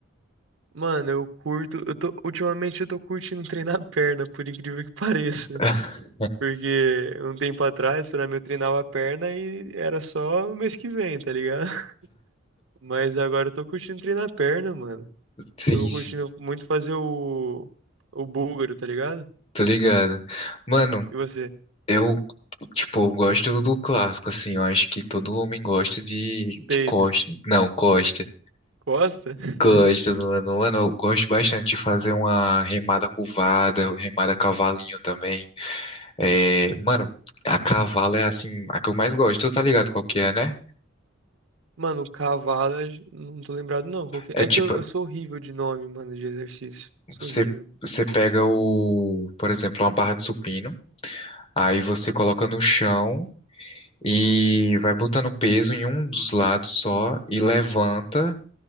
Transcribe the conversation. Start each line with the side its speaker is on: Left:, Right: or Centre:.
Right: Mano, eu curto, eu tô, ultimamente eu tô curtindo treinar a perna, por incrível que <laughs> pareça.
Left: <laughs>
Right: Porque um tempo atrás, pra mim, eu treinava a perna e era só mês que vem, tá ligado? <laughs> Mas agora eu tô curtindo treinar a perna, mano.
Left: Sim,
Right: Tô
Left: sim.
Right: curtindo muito fazer o, o búlgaro, tá ligado?
Left: Tô ligado. Mano,
Right: E você?
Left: Eu, tipo, eu gosto do clássico, assim. Eu acho que todo homem gosta de,
Right: Peito.
Left: de Costa. Não, Costa.
Right: Costa? <laughs>
Left: Costa do Lano Lano. Eu gosto bastante de fazer uma remada curvada, remada cavalinho também. É, mano, a cavalo é, assim, a que eu mais gosto. Tu tá ligado qual que é, né?
Right: Mano, cavalo, eu j- não tô lembrado não. Qual que
Left: É
Right: é?
Left: tipo,
Right: É que eu, eu sou horrível de nome, mano, de exercício. Sou
Left: você,
Right: horrível.
Left: você pega o, por exemplo, uma barra de supino. Aí você coloca no chão e vai botando peso em um dos lados só e levanta.